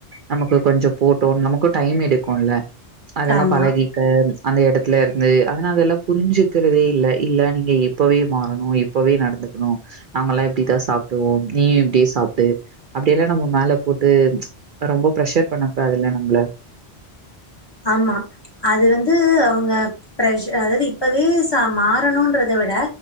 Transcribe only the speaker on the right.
நமக்கு கொஞ்சொ போட்டு நமக்கும் டைம் எடுக்குல்ல அதெல்லா
பழகிக்க அந்த எடத்துல இருந்து அதுனாலெல்லா புரிஞ்சுக்கிறதே இல் இல்ல நீங்க இப்பவே மாறணு இப்பவே நடத் இருக்கனூ நாங்களெல்லா இப்டி தா சாப்பிடுவோ நீயு இப்டி சாப்பிடு அப்டியெல்லா நம்ம மேலே போட்டு ரொம்ப ப்ரெஷர் பண்ணுவாங்களா நம்மள